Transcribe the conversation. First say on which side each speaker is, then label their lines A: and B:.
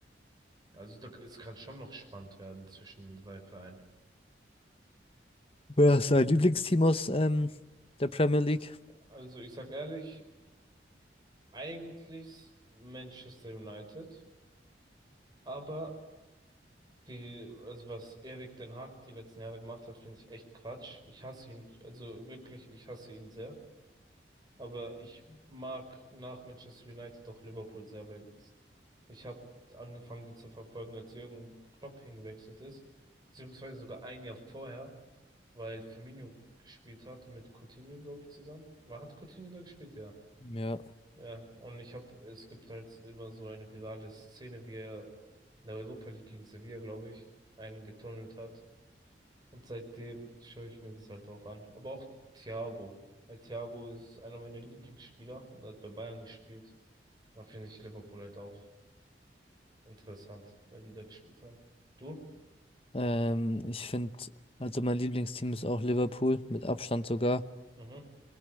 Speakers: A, on the right; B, on the left.
A: Also da, es kann schon noch spannend werden zwischen den drei Vereinen.
B: Wer ist dein Lieblingsteam aus ähm, der Premier League?
A: Also ich sag ehrlich, eigentlich Manchester United, aber Die, also was Erik den Haag die letzten Jahre gemacht hat, finde ich echt Quatsch. Ich hasse ihn. Also wirklich, ich hasse ihn sehr. Aber ich mag nach Manchester United auch Liverpool sehr, weil ich habe angefangen, die zu verfolgen, als Jürgen Klopp hingewechselt ist. Beziehungsweise sogar ein Jahr vorher, weil Firmino gespielt hat mit Coutinho, glaube ich, zusammen. War, hat Coutinho da gespielt? Ja.
B: Ja.
A: Ja. Und ich habe, es gibt halt immer so eine virale Szene, wie er in der Europa League gegen Sevilla, glaube ich, einen getunnelt hat. Und seitdem schaue ich mir das halt auch an. Aber auch Thiago. Weil Thiago ist einer meiner Lieblingsspieler und hat bei Bayern gespielt. Da finde ich Liverpool halt auch interessant, weil die da gespielt haben. Du?
B: Ähm, ich finde, also mein Lieblingsteam ist auch Liverpool, mit Abstand sogar.
A: Mhm.